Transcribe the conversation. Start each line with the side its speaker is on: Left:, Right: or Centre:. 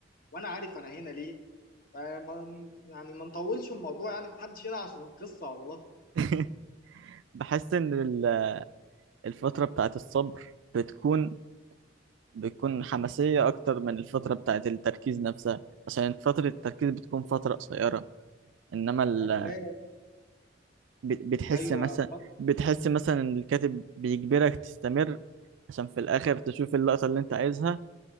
Left: وانا عارف انا هنا ليه فما يعني ما نطولش الموضوع يعني محدش هنا عشان القصه والله
Right: <laughs> بحس ان ال- الفترة بتاعت الصبر بتكون بتكون حماسية اكتر من الفترة بتاعت التركيز نفسها عشان فترة التركيز بتكون فترة قصيرة انما ال...
Left: أ- لا
Right: بت- بتحس
Left: ايوه
Right: مثلا
Left: فت-
Right: بتحس مثلا ان الكاتب بيجبرك تستمر عشان في الاخر تشوف اللقطة اللي انت عايزها